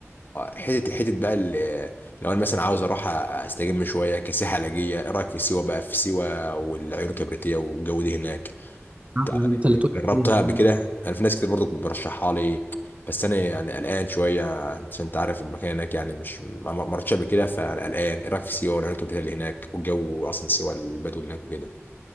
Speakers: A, on the left; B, on the right.
A: حته حته بقى ال- لو انا مثلا عاوز اروح استجم شويه كسياحه علاجيه ايه رايك في سيوه بقى في سيوه والعيون الكبريتيه والجو ده هناك تعال-
B: أنت اللي تقول
A: جربتها
B: لي عليها دي،
A: قبل
B: أنا
A: كده
B: بقى-
A: انا في ناس كتير برضو برشحها لي بس انا يعني قلقان شويه عشان انت عارف المكان هناك يعني مش ما ما رحتش قبل كده فانا قلقان ايه رايك في سيوه والعيون الكبريتيه اللي هناك والجو اصلا سيوه البدو اللي هناك وكده